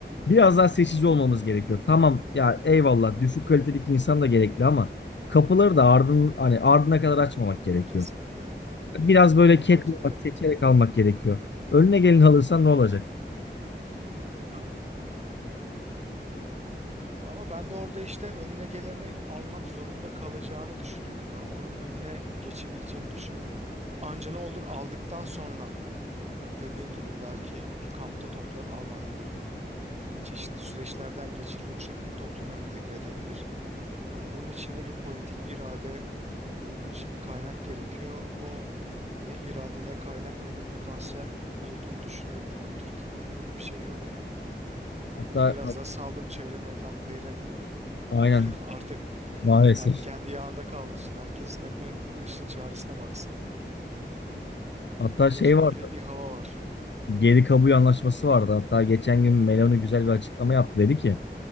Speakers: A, on the left; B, on the right.
A: biraz daha seçici olmamız gerekiyor. Tamam ya eyvallah düşük kalitelik insan da gerekli ama kapıları da ardın hani ardına kadar açmamak gerekiyor.
B: Kesinlikle öyle aynen.
A: Biraz böyle
B: Yok
A: ketlemek,
B: katılıyorum.
A: seçerek almak gerekiyor. Önüne gelin alırsan ne olacak?
B: Aynen öyle ya. Ama ben de orada işte önüne geleni almak zorunda kalacağını düşünüyorum. Yani onun önüne geçebileceğini düşünmüyorum. Anca ne olur aldıktan sonra dediğin gibi belki bir kampta toplar Almanya gibi. Çeşitli süreçlerden geçirir o şekilde topluma entegre edebilir. Ama bunun için de bir politik irade, bunun için bir kaynak gerekiyor. O ne irade ne kaynak ne de potansiyel olduğunu düşünüyorum yani Türkiye'de öyle bir şey yok yani.
A: Hatta
B: Burada biraz daha saldım çevrem evlam kayıra gibi.
A: aynen
B: <laughs> Artık
A: maalesef.
B: her, kendi yağında kavrulsun herkes. Ne ba- başın çaresine baksın.
A: Hatta
B: Biraz
A: şey
B: öyle
A: vardı.
B: bir hava var.
A: Geri kabul anlaşması vardı. Hatta geçen gün Meloni güzel bir açıklama yaptı dedi ki